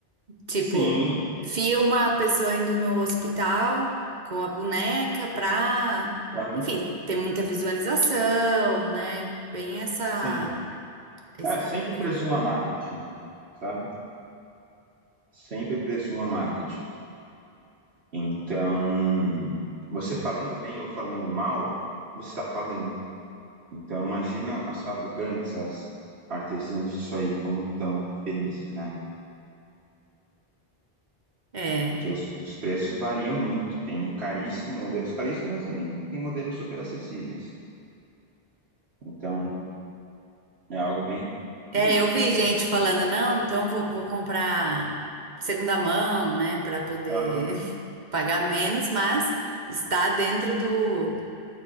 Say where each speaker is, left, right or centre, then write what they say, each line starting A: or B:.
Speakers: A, on the right (about 45°); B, on the right (about 85°).
A: Tipo,
B: Sim.
A: filma a pessoa indo no hospital com a boneca pra,
B: Aham,
A: enfim, ter muita visualização, né? Bem essa,
B: Sim.
A: esse
B: É, sempre
A: apelo.
B: presuma marketing, sabe? Sempre presuma marketing. Então, você falando bem ou falando mal, você está falando. Então, imagina as fabricantes, as artesãs disso aí, como estão felizes, né?
A: É.
B: Porque os, os preços variam muito. Tem caríssimo, modelos caríssimos, mas também tem modelos super acessíveis. Então, é algo bem,
A: É,
B: bem
A: eu
B: esquisito,
A: vi gente
B: assim.
A: falando, não, então vou, vou comprar de segunda mão, né, Pra poder
B: Aham,
A: <laughs> pagar menos, mas está dentro do,